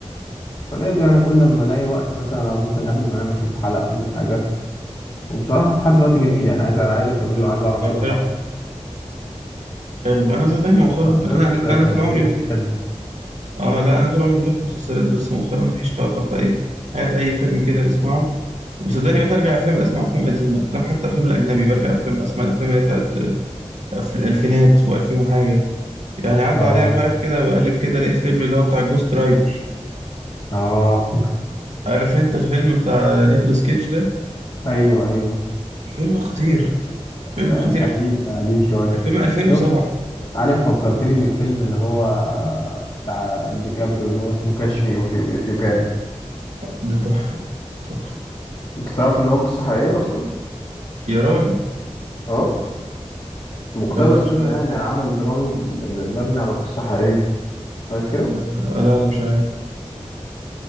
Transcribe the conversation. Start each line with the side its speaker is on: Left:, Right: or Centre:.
Left: فلقيته يعني كل ما ألاقي وقت مثلا أو ممكن قبل ما أنام أشوف حلقة ولا حاجة وبصراحة لحد دلوقتي جميل يعني عايز عايز أكمله عايز أعرف
Right: طب
Left: إيه اللي
Right: حلو
Left: حصل
Right: حلو انا صدقني مؤخرا
Left: الشخصيات
Right: انا انا
Left: تمثيلهم
Right: طول عمري
Left: فيه حلو
Right: اه لا انا طول عمري بحب المسلسلات بس مؤخرا مفيش طاقه فايه هات اي فيلم كده نسمعه وصدقني بقيت ارجع افلام اسمع افلام قديمه افلام حتى افلام الاجنبي برجع افلام اسمع الافلام اللي هي بتاعت أف- الالفينات و2000 وحاجه يعني عدى
Left: آه
Right: عليا امبارح كده بقلب كده لقيت فيلم اللي هو بتاع جوست رايدر
Left: آه
Right: عارف انت الفيلم بتاع نيكولاس كيدج ده
Left: <laughs> أيوه أيوه
Right: فيلم خطير
Left: بس
Right: فيلم خطير
Left: قديم قديم شوية
Right: الفيلم 2007
Left: شفت عارف فكرتني بالفيلم اللي هو بتاع ديكابريو اللي هو اسمه كاتش مي أوف يو إف يو كان
Right: ده تحفه تحفه
Left: أنت تعرف إن هو قصة حقيقية أصلا؟
Right: يا راجل
Left: آه مقتبس
Right: لا لا مش
Left: منها
Right: عارف
Left: يعني عمل درامي م- مبني على قصة حقيقية عارف كده؟
Right: لا لا لا, لا مش عارف